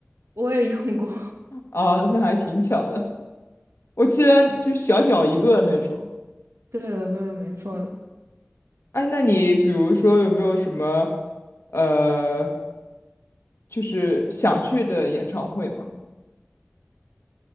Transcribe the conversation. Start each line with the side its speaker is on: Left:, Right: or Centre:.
Right: 我也用过。
Left: 啊，那还挺巧的。我记得就小小一个那种。
Right: 对的，对的，没错的
Left: 哎，那你比如说有没有什么呃，就是想去的演唱会吗？